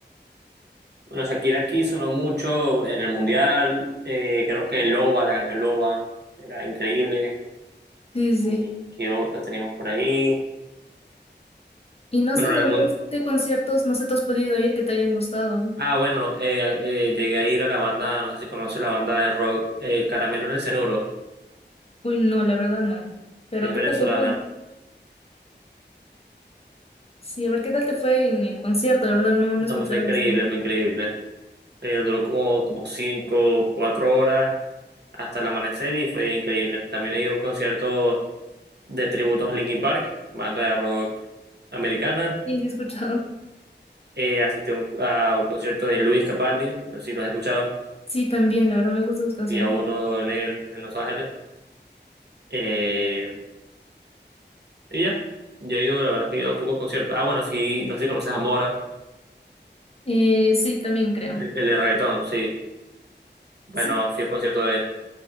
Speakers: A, on the right (about 65°); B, on the left (about 35°).
A: Bueno, Shakira aquí sonó mucho en el Mundial, eh, creo que Loba, la canción Loba, era increíble.
B: Sí, sí.
A: Y ¿Qué otra teníamos por ahí?
B: Y no
A: Bueno,
B: sé,
A: la
B: tal
A: del mun-
B: vez de conciertos, no sé, ¿te has podido ir que te hayan gustado?
A: Ah, bueno, eh, eh, llegué a ir a la banda, no sé si conoce la banda de rock, eh, Caramelos del Cenuro,
B: Uy, no, la verdad no. Pero
A: es
B: ¿qué
A: venezolana.
B: tal te fue? Sí, a ver, ¿qué tal te fue en el concierto? La verdad no, no
A: No,
B: he escuchado.
A: me fue increíble,
B: o sea,
A: fue increíble. Eh, duró como, como cinco, cuatro horas hasta el amanecer y fue increíble. También he ido a un concierto de tributos a Linkin Park, banda de rock americana.
B: Sí, sí he escuchado.
A: Eh, asistí a un, a un concierto de Luis Capaldi, no sé si lo has escuchado,
B: Sí, también, la verdad me gustan sus canciones.
A: y a uno en el, en Los Ángeles. Eh, y ya, yo he ido, la verdad es que he ido a pocos conciertos. Ah, bueno, sí, no sé si conoces a Mora,
B: Eh, sí, también creo.
A: el, el de reggaetón, sí. Bueno,
B: Sí,
A: fui a un concierto de él.